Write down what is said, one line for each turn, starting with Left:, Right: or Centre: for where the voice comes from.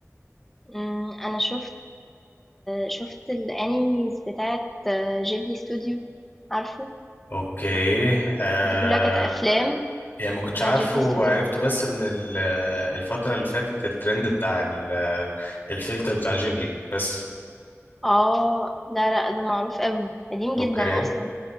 Centre: أمم، انا شفت شفت الانميز بتاعت جيبلي ستوديو عارفه
Left: اوكي آه
Centre: دي كلها كانت افلام
Left: يعني ما كنتش
Centre: بتاعت
Left: عارفه
Centre: جيبلي
Left: وعرفته
Centre: ستوديو
Left: بس من ال- الفترة اللي فاتت الترند بتاع ال- الفلتر بتاع جيبلي بس
Centre: اه لا لا ده معروف قوي قديم
Left: اوكي
Centre: جدا اصلا